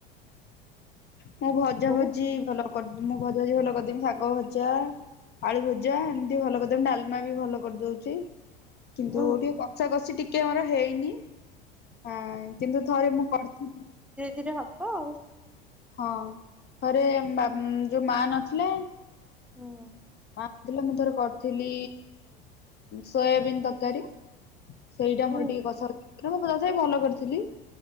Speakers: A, on the left; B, in the centre.
A: ହୁଁ ମୁଁ ଭଜା
B: ତୁ
A: ଭଜି ଭଲ କରି ମୁଁ ଭଜା ଭଜି ଭଲ କରିଦି ମୁ ଶାଗ ଭଜା, ଆଳୁ ଭଜା ଏମିତି ଭଲ କରିଦେମି ଡାଲମା ବି ଭଲ କରିଦଉଛି। କିନ୍ତୁ
B: ମୁଁ
A: ଟିକେ କଷା କଷି ଟିକେ ଆମର ହେଇନି ଆ କିନ୍ତୁ ଥରେ ମୁଁ କରିଥିଲି।
B: ଧିରେ ହବ ଆଉ।
A: ହଁ ଥରେ ଯୋଉ ମା ନଥିଲା
B: ହୁଁ।
A: ମା ନ ଥିଲା ମୁଁ ଥରେ କରିଥିଲି ସୋୟାବିନ୍ ତରକାରୀ। ସେଇଟା
B: ହୁଁ
A: ମୋର ଟିକେ କସ କ ମୁଁ ତଥାପି ଭଲ କରିଥିଲି।